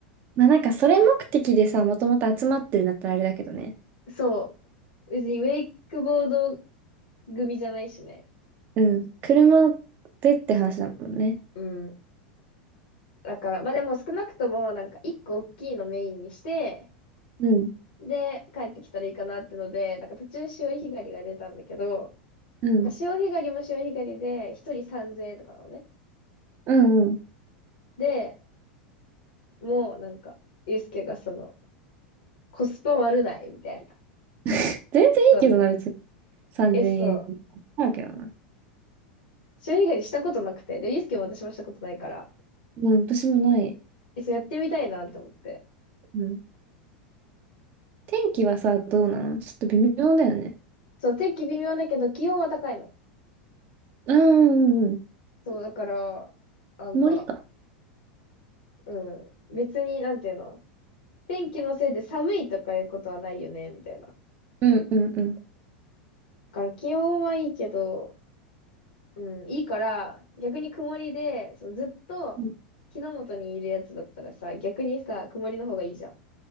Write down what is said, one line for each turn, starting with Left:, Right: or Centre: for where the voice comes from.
Right: まあ、なんか、それ目的でさ、もともと集まってるんだったらあれだけどね。
Left: そう。別にウェイクボード組じゃないしね。
Right: うん。車でって話だもんね。
Left: うんだから、まあでも少なくとも、なんか一個大きいのメインにして、
Right: うん。
Left: で、帰ってきたらいいかなってので、なんか途中潮干狩りが出たんだけど、
Right: うん。
Left: なんか潮干狩りも潮干狩りで、一人3000円とかなのね。
Right: うんうん。
Left: で、もうなんか、ゆうすけがその、コスパ悪ないみたいな。
Right: <laughs> 全然いいけどな、
Left: そんな。
Right: 別に。3000円。
Left: え、そうう。
Right: あるけどな。
Left: 潮干狩りしたことなくて。で、ゆうすけも私もしたことないから、
Right: うん、私もない。
Left: え、そうやってみたいなと思って。
Right: うん。天気はさ、どうなのちょっと微妙だよね。
Left: そう、天気微妙だけど、気温は高いの。
Right: あーうんうん。
Left: そう、だから、なんか、
Right: 曇りか。
Left: うん。別に、なんていうの天気のせいで寒いとかいうことはないよね、みたいな。だ
Right: うんうんうん。
Left: から気温はいいけど、うん、いいから、逆に曇りで、そのずっと日の元にいるやつだったらさ、
Right: う
Left: 逆にさ、曇りの方がいいじゃん。